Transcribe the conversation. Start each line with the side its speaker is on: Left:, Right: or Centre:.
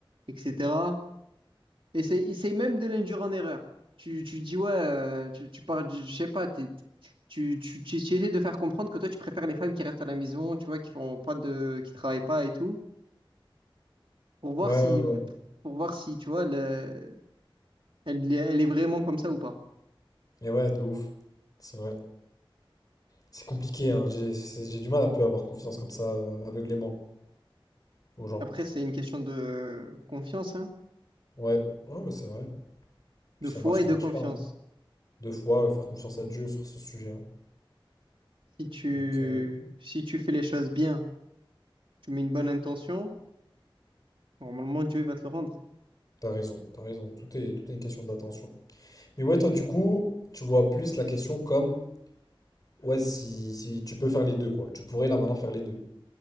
Right: etc. Essaye, essaye même de l'induire en erreur. Tu, tu dis, ouais, euh, tu, tu parles, du- je sais pas, t'es- tu, tu, tu, tu essaies de faire comprendre que toi, tu préfères les femmes qui restent à la maison, tu vois, qui font pas de, qui travaillent pas et tout, pour voir
Left: Ouais
Right: si,
Left: ouais ouais.
Right: pour voir si, tu vois, le- elle, elle est vraiment comme ça ou pas.
Left: Et ouais, de ouf. C'est vrai. C'est compliqué hein. J'ai c'est- j'ai du mal un peu à avoir confiance comme ça euh, aveuglément aux gens.
Right: Après, c'est une question de confiance, hein,
Left: Ouais, ouais, ouais, c'est vrai. Puis
Right: de
Left: ça
Right: foi
Left: marche, ça
Right: et de
Left: marche
Right: confiance.
Left: pas. hein. Deux fois, euh, faire confiance à Dieu sur ce sujet. hein.
Right: Si tu,
Left: Donc euh,
Right: si tu fais les choses bien, tu mets une bonne intention, normalement Dieu va te le rendre.
Left: t'as raison, t'as raison. Tout est, tout est une question d'attention. Mais ouais, toi du coup, tu vois plus la question comme Ouais, si, si tu peux faire les deux, quoi. Tu pourrais là maintenant faire les deux.